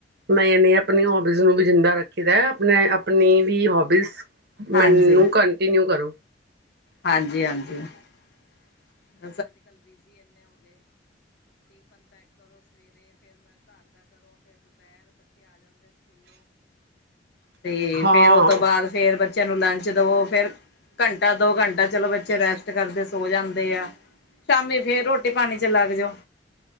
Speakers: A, on the right (about 60°); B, on the left (about 60°).
A: ਮੈਂ ਇਹਨੇ ਆਪਣੀ ਹੋਬੀਜ਼ ਨੂੰ ਵੀ ਜਿੰਦਾ ਰੱਖੀ ਦਾ ਆਪਣੇ ਆਪਣੀ ਵੀ ਹੋਬੀਜ਼। ਮੈਨੂੰ
B: ਹਾਂਜੀ
A: ਕੰਟੀਨਿਊ ਕਰੋ।
B: ਹਾਂਜੀ ਹਾਂਜੀ। <inaudible> ਤੇ
A: ਹਾਂ
B: ਫੇਰ ਉਹ ਤੋਂ ਬਾਅਦ ਫੇਰ ਬੇ। ਬੱਚਿਆਂ ਨੂੰ ਲੰਚ ਦੇਵੋ ਫੇਰ ਘੰਟਾ ਦੋ ਘੰਟਾ ਚਲੋ ਬੱਚੇ ਰੈਸਟ ਕਰਦੇ ਸੋ ਜਾਂਦੇ। ਆ ਸ਼ਾਮੀ ਫੇਰ ਰੋਟੀ ਪਾਣੀ ਚ ਲੱਗ ਜਾਓ।